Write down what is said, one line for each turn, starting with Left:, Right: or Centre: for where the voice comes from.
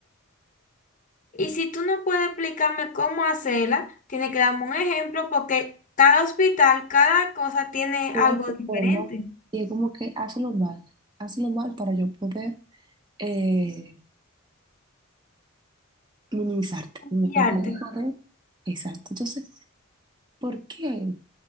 Left: Y si tú no puedes explicarme cómo hacerla, tienes que darme un ejemplo porque cada hospital, cada cosa tiene
Right: todo
Left: algo
Right: se
Left: diferente.
Right: forma y es como que hazlo mal, hazlo mal para yo poder... eh, minimizarte, no
Left: Y
Right: te
Left: arte.
Right: de... Exacto. Entonces, ¿por qué?